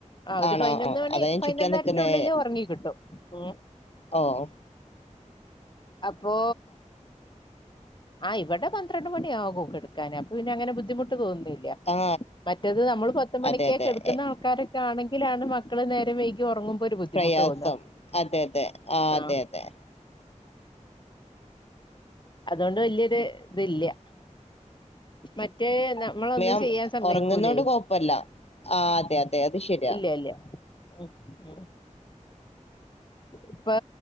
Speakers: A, on the left; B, on the left.
A: ആ ഒര്
B: ആണോ
A: പതിനൊന്ന്‌
B: ഓ
A: മണി
B: അതാ ഞാൻ
A: പതിനൊന്നരന്റെ
B: ചോദിക്കാൻ നിക്കുന്നേ
A: ഉള്ളില് ഒറങ്ങികിട്ടും ഉം
B: ഓഹ്
A: അപ്പൊ ആ, ഇവടെ പന്ത്രണ്ട് മണിയാകും കെടുക്കാന് അപ്പൊ പിന്നെ അങ്ങനെ ബുദ്ധിമുട്ട് തോന്നുണില്യ
B: ആ
A: മറ്റത് നമ്മള് പത്ത്മണിക്കെ
B: അതെ അതെ
A: കെട്ക്കുന്ന
B: എ,
A: ആൾക്കാരൊക്കെ ആണെങ്കിലാണ് മക്കള് നേരം വൈ കി ഒറങ്ങുമ്പൊരു ബുദ്ധിമുട്ട്
B: പ്രയാസം
A: തോന്ന
B: അതെ അതെ
A: ആ
B: അതെ അതെ
A: അതോണ്ട് വല്യരു ഇത് ല്ല്യ മറ്റേ ന്ന മ്മളൊന്നും
B: ഞാൻ
A: ചെയ്യാൻ സമ്മയ്ക്കൂലേയ്
B: ഉറങ്ങുന്നോണ്ട് കുഴപ്പമില്ല ആ അതെ അതെ അത് ശരിയാ
A: ഇല്ല്യല്ല്യ ഉം ഉം ഇപ്പൊ